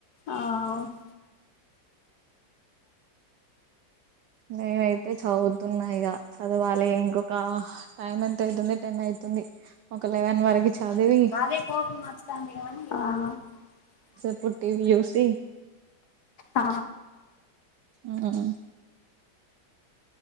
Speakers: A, on the left (about 60°); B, on the right (about 75°).
A: ఆవున్
B: నేనయితే చదువుతున్నా ఇక చదవాలి ఇంకొక టైమ్ ఎంత అయితుంది టెన్ అయితుంది ఒక లెవెన్ వరకి
A: <unintelligible>
B: చదివి
A: ఆ
B: ఇపుడ్ టీవి చూసి
A: ఆ
B: ఉమ్